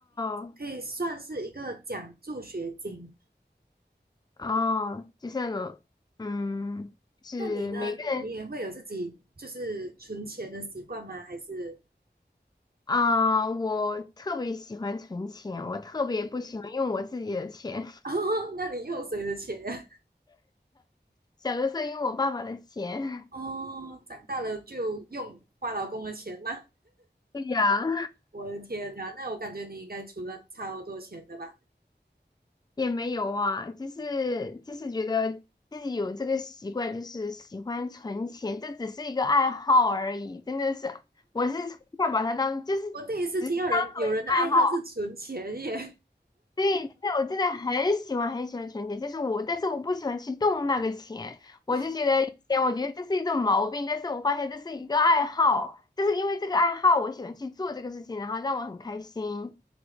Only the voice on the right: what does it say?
可以算是一个奖助学金。
那你呢？你你也会有自己就是存钱的习惯吗？还是
<laughs>
哦，那你用谁的钱呀？
<laughs> 哦，长大了就用花老公的钱吗？
我的天呐，那我感觉你应该存了超多钱的吧？
我第一次听到人有人的爱好是存钱耶，
<laughs> 哇，